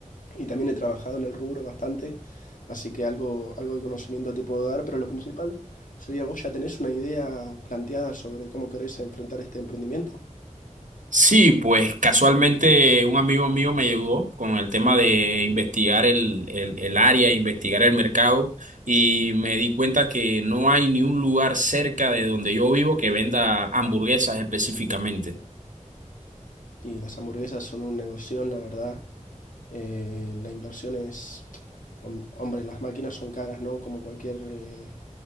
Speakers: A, on the left; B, on the right.
A: y también he trabajado en el rubro bastante, así que algo, algo de conocimiento te puedo dar, pero lo principal sería vos ya tenés una idea planteada sobre cómo querés enfrentar este emprendimiento.
B: Sí, pues casualmente un amigo mío me ayudó con el tema de investigar el, el, el área, investigar el mercado y me di cuenta que no hay ni un lugar cerca de donde yo vivo que venda hamburguesas específicamente.
A: Y las hamburguesas son un negocio, la verdad. Eh, la inversión es, hom- hombre, las máquinas son caras, ¿no? Como cualquier, eh,